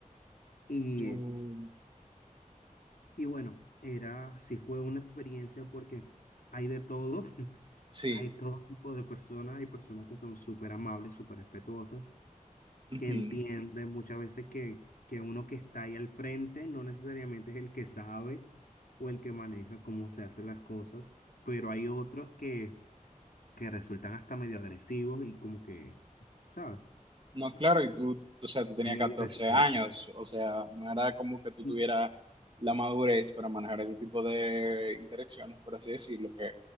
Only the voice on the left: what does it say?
y,
y bueno, era, sí fue una experiencia porque hay de todo, <laughs>
hay todo tipo de personas, hay personas que son súper amables, súper respetuosas,
que entienden muchas veces que, que uno que está ahí al frente no necesariamente es el que sabe o el que maneja cómo se hacen las cosas, pero hay otros que que resultan hasta medio agresivos y como que, ¿sabes?
En
el irrespeto.
Sí,